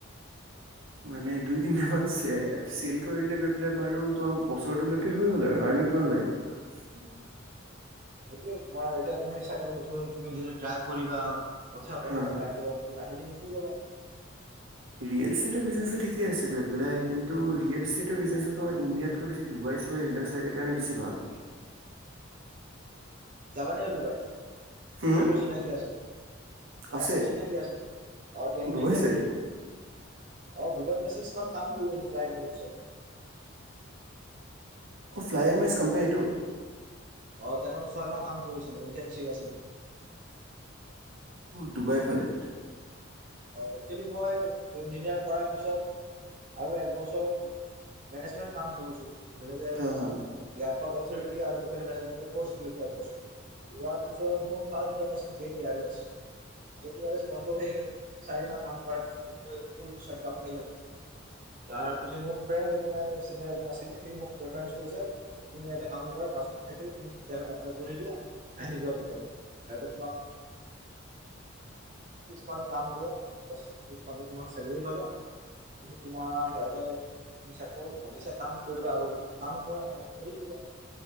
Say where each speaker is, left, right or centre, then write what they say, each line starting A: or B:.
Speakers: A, on the right (about 80°); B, on the right (about 40°).
A: মানে দুই তিনটা মান সে সেল কৰিলে গৈ পেলায় বাৰু তোমাৰ বছৰটোলৈকে হৈ গল আৰু নো কিমান লাগে
B: সেইটোৱে তোমাৰ এতিয়া তুমি চাগে তুমি যিটো ট্ৰায় কৰিবা কথা পাতিবা
A: হা হা
B: তাইৰ লগত ওলায় খালে শিকি যাবা
A: ৰিয়েল ইষ্টেটৰ বিজনেসটো ঠিকে আছে মানে কিন্ত ৰিয়েল ইষ্টেটৰ বিজনেসত তোমাৰ ইন্ডিয়াতকৈ বেচি দুবাইত সুবাই এবিলাক সাইডৰ কাৰণে বেচি ভাল
B: যাবা নেকি দুবাই?
A: হুম
B: তাতও চিনাকি আছে তাতো
A: আছে
B: চিনাকি আছিলে ডেনভি
A: ডুবাই
B: ডেন
A: চাইডে
B: <unintelligible> অ দুুবাইত মই ছিক্স মান্থ কাম ফু গছে ফ্লাই মেজিৰ চত <unintelligible>
A: অ' ফ্লাই মিছ কোম্পনীটো
B: অ তাতে মই ছয় মাহ কাম কৰিছিলো। ইনটাৰ্নশ্বিপ আছিলে
A: দুবাই ফালে
B: হয় একচুৱেলি মই ইঞ্জিনিয়াৰ কৰাৰ পিছত আৰু এক বছৰ মেনেজমেন্ট কাম কৰিছো তুমি যে আজি
A: হা হা
B: ইয়াৰ আৰু হোটেল মেনেজমেন্টৰ কোৰ্ছ লৈছো একবছৰ লোৱাৰ পিছত মোৰ ফাষ্ট জব আছিল J D R S, J D R S বন্ধ হৈ গেল চাৰি মাহ কাম কৰাৰ পিছত বন্ধ হৈ গল ফুল শ্বাটডাউন হৈ গল। তাৰ পিছত মোৰ ফ্ৰেণ্ড এজন চিনিয়াৰ এজন আছিলে সি মোক প্ৰিফাৰেন্ছ কৰিছে তুমি্ এটা কাম কৰা পাছপোৰ্ট থাকিলে তুমি ভিসা এখন এপলাই কৰি দিয়া আহি থাকিব তাৰপিছত তোমাৰ <inaudible> কৰা প্লাস ছিক্স মান্থৰ চেলাৰী পাবা পিছত তোমাৰ সিহঁতে তুমি চাকৰিত ভাবিছা টাৰ্ণ কৰিবা আৰু টাৰ্ণ কৰা নাই এৰি দিবা